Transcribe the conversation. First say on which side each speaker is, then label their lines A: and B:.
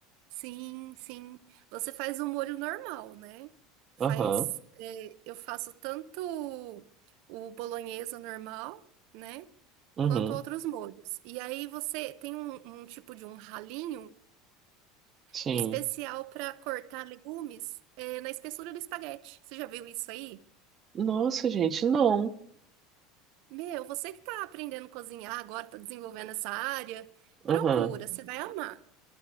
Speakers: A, on the right; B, on the right.
A: sim, sim. Você faz um molho normal, né? Faz,
B: Aham.
A: é, eu faço tanto o bolonhesa normal, né?
B: Uhum.
A: Quanto outros molhos. E aí você tem um, um tipo de um ralinho
B: Sim.
A: especial para cortar legumes, é, na espessura do espaguete. Você já viu isso aí?
B: Nossa, gente, não.
A: Meu, você que tá aprendendo a cozinhar agora, tá desenvolvendo essa área,
B: Aham.
A: procura, você vai amar.